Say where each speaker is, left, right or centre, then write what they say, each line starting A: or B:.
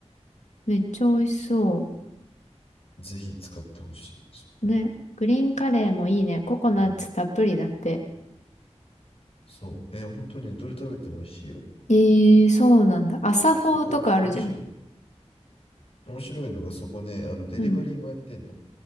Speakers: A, on the left (about 85°); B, on the left (about 55°).
A: めっちゃ美味しそ
B: ぜひ使ってほしい、そこは。
A: う。ね。グリーンカレーもいいね。ココナッツたっぷりだって。
B: うん、そう。えー本当にどれ食べても美味しいよ。
A: えー、そうなんだ。朝フォーとかあるじゃん。
B: で、そこ、面白い。面白いのが、そこね、あの、デリバリーもやってんの。
A: うん。